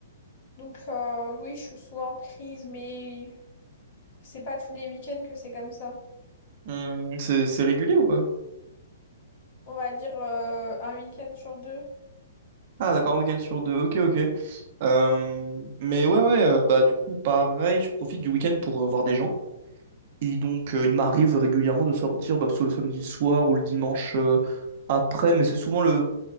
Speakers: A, on the left; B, on the right.
A: Donc euh, oui, je suis souvent prise, mais c'est pas tous les week-ends que c'est comme ça.
B: Hum, c'est, c'est régulier ou pas?
A: On va dire euh, un week-end sur deux.
B: Ah, d'accord, un week-end sur deux. Ok, ok. Euh, mais ouais, ouais, euh, bah du coup, pareil, je profite du week-end pour euh, voir des gens. Et donc, euh, il m'arrive régulièrement de sortir, bah, que ce soit le samedi soir ou le dimanche euh, après, mais c'est souvent le,